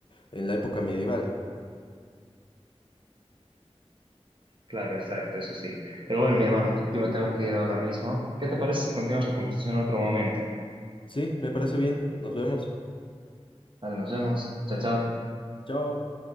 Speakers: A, on the left; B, on the right.
A: en la época medieval.
B: Claro, exacto, eso sí. Pero bueno, mi hermano, yo me tengo que ir ahora mismo. ¿Qué te parece si continuamos la conversación en otro momento?
A: Sí, me parece bien. Nos vemos.
B: Vale, nos vemos. Chao, chao.
A: Chao.